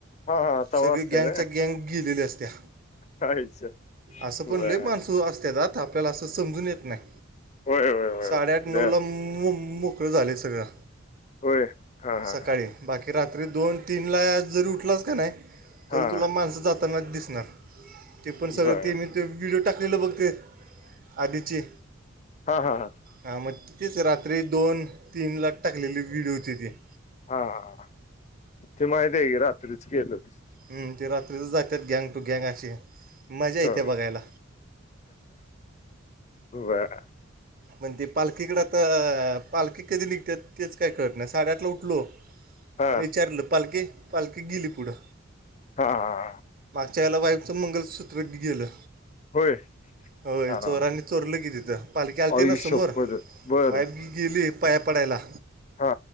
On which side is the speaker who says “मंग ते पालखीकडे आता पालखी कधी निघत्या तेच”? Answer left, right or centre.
Right